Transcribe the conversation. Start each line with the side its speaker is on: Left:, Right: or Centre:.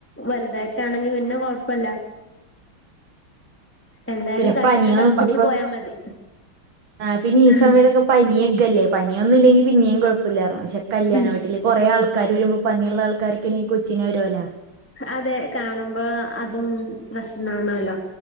Centre: വലുതായിട്ടാണെങ്കി പിന്നെ കൊഴപ്പില്ല എന്തായാലും
Right: പിന്നെ
Centre: കല്യാണം
Right: പനിയ
Centre: കടുപ്പിച്ച്
Right: പ
Centre: പോയാ മതി
Right: ആ പിന്നെ ഈ
Centre: ഉം
Right: സമയത്തൊക്കെ പനിയൊക്കെല്ലേ പനിയൊന്നും ഇല്ലെങ്കി പിന്നെയും കുഴപ്പമില്ലായിരുന്നു പക്ഷെ കല്യാണ
Centre: ഉം
Right: വീട്ടിൽ കൊറെ ആൾക്കാര് വരുമ്പം പനിയുള്ള ആൾക്കാരൊക്കെണെ കൊച്ചിന് വരുവോല്ലാ.
Centre: അതെ. കാണുമ്പോ അതും പ്രശ്ണാണോല്ലോ.